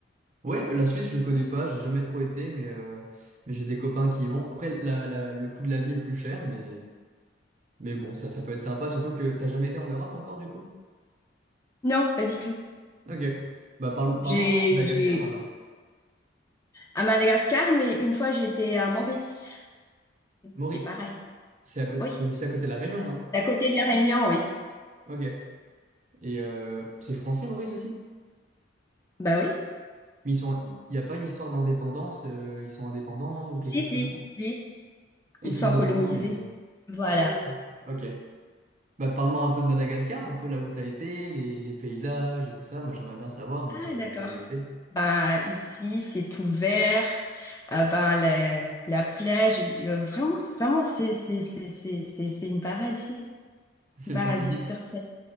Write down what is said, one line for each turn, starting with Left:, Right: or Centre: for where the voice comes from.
Right: Ouais, la Suisse je connais pas, j'ai jamais trop été, mais, euh, mais j'ai des copains qui y vont. Après la, la- le coût de la vie est plus cher, mais, mais bon, ça, ça peut être sympa, surtout que t'as jamais été en Europe encore du coup?
Left: Non, pas du tout.
Right: Ok. Bah parle, parle
Left: J'ai,
Right: de Madagascar
Left: j'ai...
Right: alors.
Left: À Madagascar, mais une fois j'étais à Maurice.
Right: Maurice,
Left: C'est pareil.
Right: c'est à cô-
Left: Oui.
Right: c'est aussi à côté de la Réunion, non?
Left: D'à côté de la Réunion, oui.
Right: Ok. Et euh, c'est français Maurice aussi?
Left: Bah oui.
Right: Mais ils sont, il n'y a pas une histoire d'indépendance, euh, ils sont indépendants ou quelque
Left: Si,
Right: chose
Left: si,
Right: comme ça.
Left: si.
Right: Et
Left: Ils
Right: Ils
Left: sont
Right: sont indépendants,
Left: colonisés.
Right: mais...
Left: Voilà.
Right: Ah oui. Ok. Bah, parle-moi un peu de Madagascar, un peu là où t'as été, les, les paysages et tout ça. Moi, j'aimerais bien savoir, vu
Left: Ah,
Right: que
Left: d'accord.
Right: j'ai jamais été.
Left: Bah, ici, c'est ouvert. Euh, bah, la, la plage, euh, vraiment, vraiment, c'est, c'est, c'est, c'est, c'est, c'est une paradis.
Right: <laughs> C'est
Left: Un paradis
Right: le paradis.
Left: sur terre.